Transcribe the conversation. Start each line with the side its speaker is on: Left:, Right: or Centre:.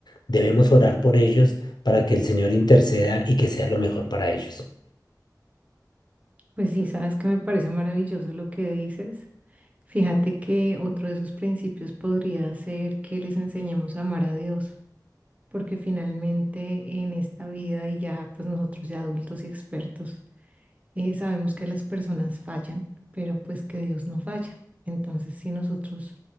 Left: debemos orar por ellos para que el Señor interceda y que sea lo mejor para ellos.
Right: Pues sí, sabes que me parece maravilloso lo que dices. Fíjate que otro de sus principios podría ser que les enseñemos a amar a Dios, porque finalmente en esta vida y ya pues nosotros ya adultos y expertos eh, sabemos que las personas fallan, pero pues que Dios no falla. Entonces si nosotros